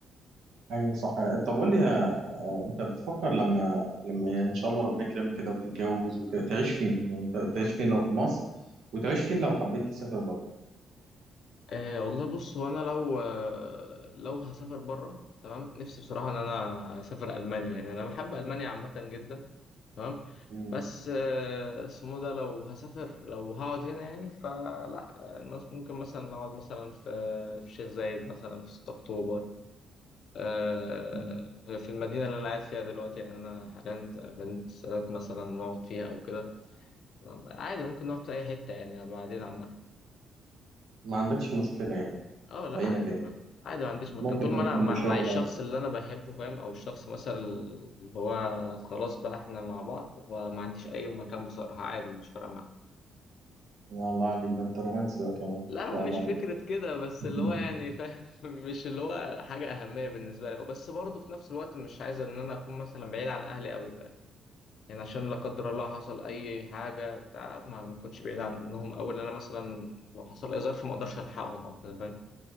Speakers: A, on the right (about 70°); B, on the left (about 60°).
A: ايوه صح طب قول لي آه، انت بتفكر لما لما يعني ان شاء الله ربنا يكرمك كده وتتجوز وكده تعيش فين يعني ت- تعيش فين لو في مصر وتعيش فين لو حبيت تسافر بره
B: أه والله بص هو انا لو آه، لو هسافر بره تمام نفسي بصراحه ان انا اسافر المانيا يعني انا بحب المانيا عامه جدا تمام
A: مم.
B: بس آه، اسمه ده لو هسافر لو هقعد هنا يعني فلا آه، الناس ممكن مثلا نقعد مثلا في في شيخ زايد مثلا في 6 اكتوبر آه،
A: مم.
B: في في المدينه اللي انا قاعد فيها دلوقتي يعني انا حاليا في مدينه السادات مثلا نقعد فيها او كده عادي ممكن نقعد في اي حته يعني بعدين عامه
A: ما عندكش مشكلة يعني
B: اه
A: في
B: لا
A: اي
B: عادي
A: مكان
B: ما عادي ما عنديش مكان
A: ممكن
B: طول
A: تبقى
B: ما انا
A: جنب
B: مع,
A: شغلك
B: مع الشخص اللي انا بحبه فاهم او الشخص مثلا اللي هو خلاص بقى احنا مع بعض فما عنديش اي مكان بصراحة عادي مش فارقة معايا
A: يا الله عليك ده انت رومانسي بقى كمان ان
B: لا
A: شاء
B: مش
A: الله عليك
B: فكرة كده بس
A: <laughs>
B: اللي هو يعني فاهم <laughs> مش اللي هو حاجة أهمية بالنسبة لي بس برضه في نفس الوقت مش عايز إن أنا أكون مثلا بعيد عن أهلي أوي فاهم يعني عشان لا قدر الله حصل أي حاجة بتاع ما ما أكونش بعيد عنهم أوي لأن أنا مثلا لو حصل أي ظرف ما أقدرش ألحقهم أو كده فاهم